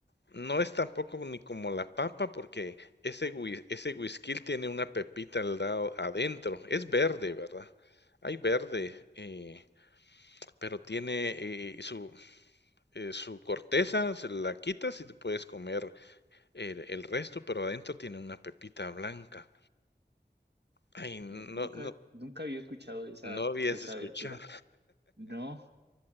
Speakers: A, on the left; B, on the right.
A: No es tampoco ni como la papa porque ese, whis- ese whisky tiene una pepita al lado adentro. Es verde, ¿verdad? Hay verde, eh, pero tiene eh, su, eh, su corteza, se la quitas y te puedes comer el, el resto, pero adentro tiene una pepita blanca. Ay, no,
B: No, nunca,
A: no,
B: nunca había escuchado de esa,
A: no habías
B: de esa
A: escuchado.
B: verdura. No,